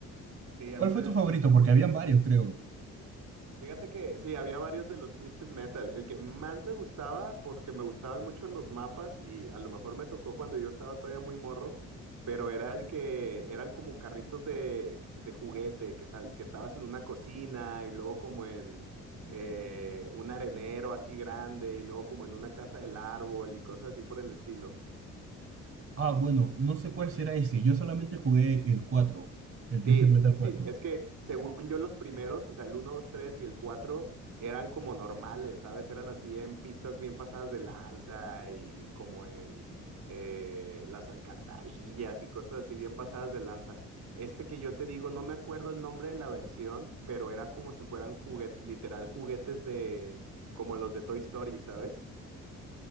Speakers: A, on the right; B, on the right.
A: Sí, a
B: ¿Cuál
A: mí también
B: fue tu favorito? Porque habían varios, creo.
A: Fíjate que sí, había varios de los Twisted Metal. El que más me gustaba, porque me gustaban mucho los mapas y a lo mejor me tocó cuando yo estaba todavía muy morro, pero era el que eran como carritos de, de juguete, que, sal- que estabas en una cocina y luego como en eh, un arenero así grande y luego como en una casa del árbol y cosas así por el estilo.
B: Ah, bueno, no sé cuál será ese. Yo solamente jugué el cuatro, el
A: Sí,
B: Twisted Metal
A: sí, sí,
B: 4.
A: sí. Es que según yo los primeros, o sea, el uno, 2, 3 y el 4 eran como normales, ¿sabes? Eran así en pistas bien pasadas de lanza y como en eh, las alcantarillas y cosas así bien pasadas de lanza. Este que yo te digo, no me acuerdo el nombre de la versión, pero era como si fueran juguetes, literal juguetes de, como los de Toy Story, ¿sabes?